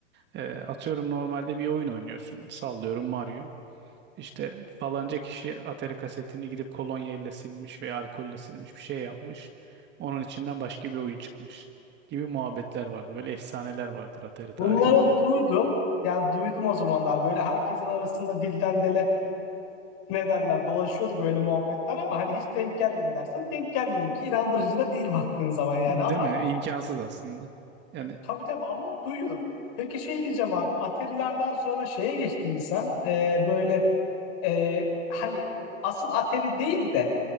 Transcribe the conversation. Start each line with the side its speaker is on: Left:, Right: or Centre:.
Right: Ee, atıyorum normalde bir oyun oynuyorsun sallıyorum Mario. İşte falanca kişi Atari kasetini gidip kolonya ile silmiş veya alkolle silmiş bir şey yapmış. Onun içinden başka bir oyun çıkmış gibi muhabbetler vardı. Böyle efsaneler vardır Atari tarihinde.
Left: Bunları duydum. Yani duydum o zamanlar. Böyle herkesin arasında dilden dile ne derler dolaşıyordu böyle muhabbetler ama hani hiç denk geldi mi dersen denk gelmedi ki inandırıcı da değil baktığın zaman
Right: <laughs>
Left: yani
Right: Değil
Left: ama
Right: mi? İmkansız aslında. Yani
Left: tabii tabii ama duyuyorum. Peki şey diyeceğim abi Atari'lerden sonra şeye geçtin mi sen? Ee, böyle e, hani asıl Atari değil de